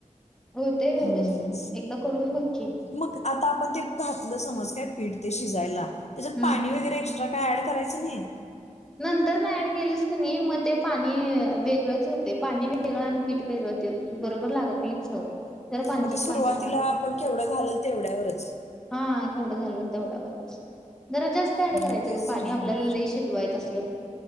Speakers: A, in the centre; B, on the left (about 55°).
A: होतय व्यवस्थित
B: हम्म
A: एकदा करून बघ की
B: मग आता आपण ते घातलं समज काय पीठ. ते शिजायला. त्याच्यात
A: हम्म
B: पाणी वगैरे काय ॲड करायचं नाही.
A: नंतर ना ऍड केलीस की नाई म ते पाणी अ वेगळंच होते पाणी वेगळं आणि पीठ वेगळं <unintelligible> होते, बरोबर लागत नाही चव जरा पांचट
B: म्हणजे सुरुवातीला
A: पांचट लागते
B: आपण केवढं घालल तेवढ्यावरच
A: हा केवढं झाालं तेवढ्यावरच. जरा जास्त ऍड
B: हम्म,
A: करायचं
B: तेच
A: ग पाणी
B: जरा जमा
A: आपल्याला लई शिजवाय तसलं